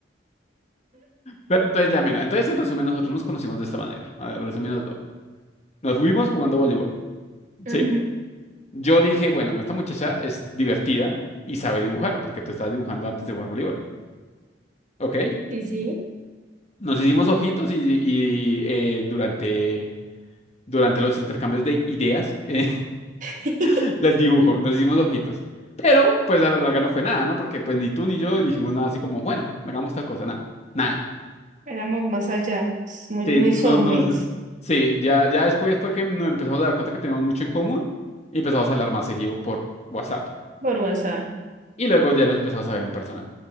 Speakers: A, on the left; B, on the right.
A: Pero entonces ya, mira, entonces en resumen nosotros nos conocimos de esta manera, a ver, resumiendo todo. Nos fuimos jugando voleibol, ¿sí?
B: Ujú,
A: Yo dije, bueno, esta muchacha es divertida y sabe dibujar, porque tú estabas dibujando antes de jugar voleibol. Ok.
B: Sí, sí.
A: Nos hicimos ojitos y, y, eh, durante, durante los intercambios de ideas eh,
B: <laughs>
A: <laughs> del dibujo, nos hicimos ojitos. Pero, pues a la larga no fue nada, ¿no? Porque pues ni tú ni yo dijimos nada así como, bueno, hagamos tal cosa, nada. Nada.
B: éramos más allá? Es Muy,
A: Sí,
B: muy
A: no,
B: soulmates,
A: nos- sí, ya, ya después fue que nos empezamos a dar cuenta que teníamos mucho en común y empezamos a hablar más seguido por WhatsApp.
B: por WhatsApp.
A: Y luego ya nos empezamos a ver en persona.